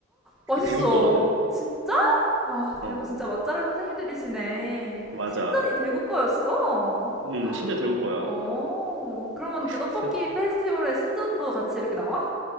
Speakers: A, on the right; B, in the centre.
A: 그게
B: 맛있어.
A: 대구 거거든.
B: 진짜? 와,
A: 어,
B: 대구 진짜 맛잘알 선생님들이시네.
A: 맞아.
B: 신전이 대구 거였어?
A: 음, 신려 대구 거야.
B: 어, 그러면
A: <laughs>
B: 그 떡볶이
A: 그래서
B: 페스티벌에 신전도 같이 이렇게 나와?